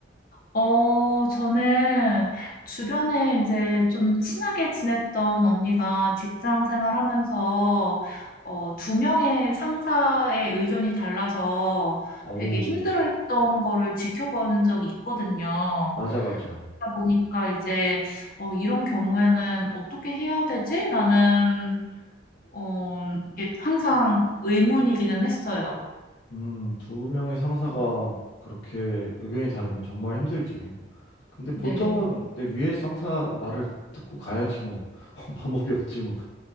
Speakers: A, on the left; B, on the left.
A: 어, 저는 주변에 이제 좀 친하게 지냈던 언니가 직장 생활하면서, 어, 두 명의 상사의 의견이 달라서
B: 오,
A: 되게 힘들어했던 거를 지켜본 적이 있거든요.
B: 맞아, 맞아.
A: 그러다 보니까 이제, 어, 이런 경우에는 어떻게 해야 되지? 라는, 어, 이게 항상 의문이기는 했어요.
B: 음, 두 명의 상사가 그렇게 의견이 다르면 정말 힘들지. 근데
A: 네.
B: 보통은 내 위에 상사 말을 듣고 가야지 뭐. <laughs> 방법이 없지 뭐.